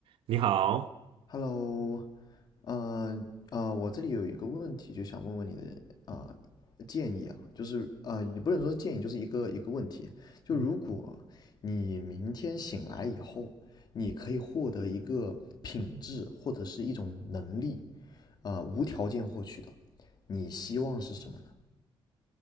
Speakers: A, on the right; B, on the left.
A: 你好，
B: Hello，呃呃，我这里有一个问题，就想问问你的啊、呃建议啊，就是啊、呃也不能说是建议，就是一个一个问题。就如果你明天醒来以后，
A: 嗯，
B: 你可以获得一个品质或者是一种能力，啊、呃无条件获取的，你希望是什么呢？